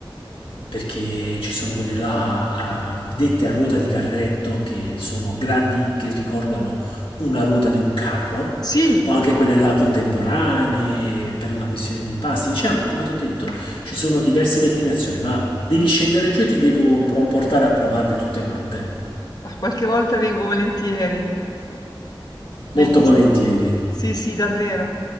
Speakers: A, on the left; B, on the left.
A: perché ci sono quelle là a- dette a ruota di carretto che sono grandi, che ricordano una ruota di un carro,
B: sì,
A: o anche quelle là contemporanee per una questione di impasti. Diciamo, come ti ho detto, ci sono diverse declinazioni, ma devi scendere giù e ti devo pro- portare a provarle tutte quante.
B: ma qualche volta vengo volentieri.
A: Molto
B: Benissimo.
A: volentieri.
B: Sì, sì, davvero.